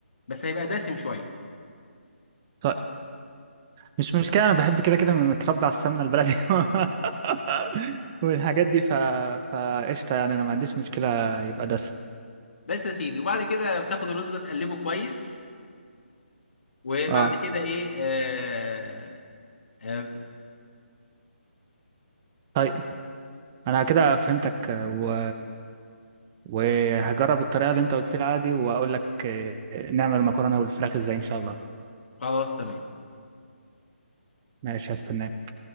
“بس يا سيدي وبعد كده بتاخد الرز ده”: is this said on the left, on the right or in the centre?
Left